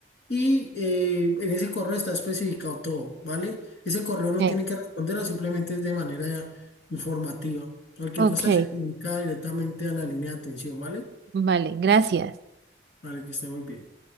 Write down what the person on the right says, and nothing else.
Ok,
ok,
vale, gracias.